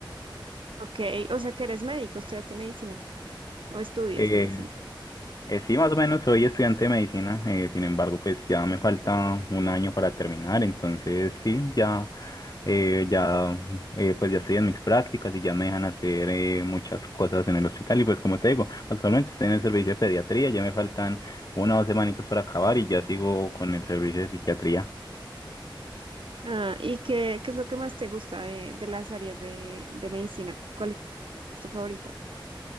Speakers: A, on the right; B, on the left.
A: Ok, o sea que eres médico, estudiaste medicina o estudias
B: Eh,
A: medicina.
B: eh, sí, más o menos soy estudiante de medicina, eh, sin embargo, pues ya me falta un año para terminar, entonces sí, ya, eh, ya, eh, pues ya estoy en mis prácticas y ya me dejan hacer eh, muchas cosas en el hospital y pues como te digo, actualmente estoy en el servicio de pediatría, ya me faltan una o dos semanitas para acabar y ya sigo con el servicio de psiquiatría.
A: Ah, ¿y qué, qué es lo que más te gusta de, de las áreas de, de medicina? ¿Cuál es tu favorita?